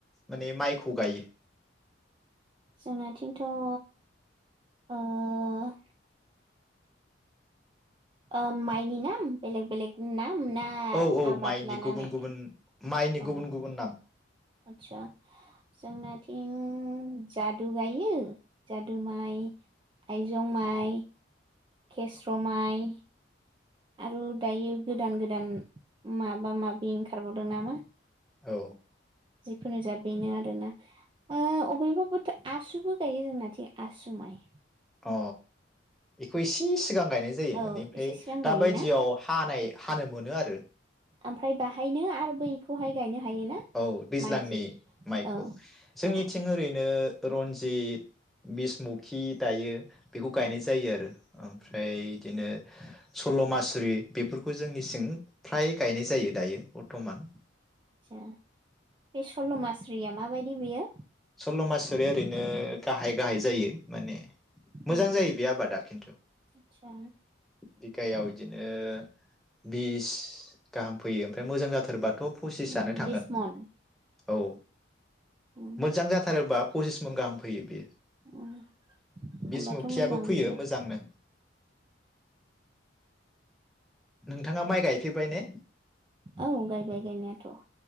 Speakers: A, in the centre; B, on the right.
A: माने माइखौ गायो?
B: जोंनिथिंथ' ओ - ओ माइनि नाम बेलेग बेलेग नाम। ना
A: औ औ
B: आबाद
A: माइनि
B: लानानै
A: गुबुन गुबुन माइनि
B: औ
A: गुबुन गुबुन नाम।
B: आदसा जोंनाथिं। जादु गायो। जादु माइ आइजं माइ खेस्र माइ। आरु दायो गोदान गोदान माबा माबि ओंखारबावदों नामा।
A: औ।
B: जिखुनु जा बेनो आरो ना। <unintelligible> आसुबो गायो जोंनाथि आसु माइ।
A: अ एखौ इसे सिगां। गायनाय जायो
B: औ
A: मानि
B: एसे
A: <unintelligible>
B: सिगां गायोना
A: दा बायदियाव हानाय हानो मोनो आरो।
B: ओमफ्राय बाहायनो आरो बैखौहाय गायनो। हायोना
A: औ दैज्लांनि
B: माइ जोलै
A: माइखौ
B: औ
A: जोंनिथिं
B: औ
A: ओरैनो। रन्जित बिसमुखि दायो। बेखौ गायनाय
B: उम
A: जायो आरो। ओमफ्राय इदिनो सल्ल मासुरि बेफोरखौ जोंनि सिं फ्राय गायनाय जायो दायो बर्थमान
B: आतसा बे सल्ल मास्रिया माबाय दि बियो।
A: सल्ल मासुरिया ओरैनो गाहाय गाहाय जायो माने मोजां
B: उम
A: जायो बे आबादा खिन्थु।
B: आदसा
A: बिगायाव इदिनो बिस गाहाम फैयो ओमफ्राय मोजां जाथारबा थ फसिसानो
B: उम
A: थाङो।
B: बिस मन
A: औ।
B: उम
A: मोजां जाथारोबा पसिस मन गाहाम फैयो बेयो।
B: उम होमबाथ'
A: बिसमुखियाबो
B: मोजां
A: फैयो
B: बेयो
A: मोजांनो। नोंथाङा माइ गायफेरबाय ने?
B: औ गायबाय गायनायाथ।